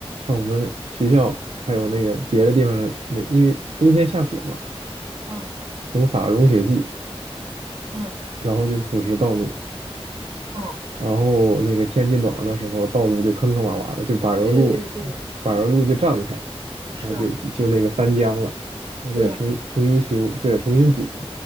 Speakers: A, on the right; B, on the right.
A: 看我们学校还有那个别的地方的那因为冬天下雪嘛，
B: 嗯
A: 总撒融雪剂，
B: 嗯，
A: 然后就腐蚀道路，
B: 哦，
A: 然后那个天气暖和的时候，道路就坑坑洼洼的，就柏油路，
B: 对对对对，
A: 柏油路就胀开了，
B: 是啊，
A: 然后就就那个翻浆了，那就得重新重新修，
B: 对呀、
A: 就得重新补。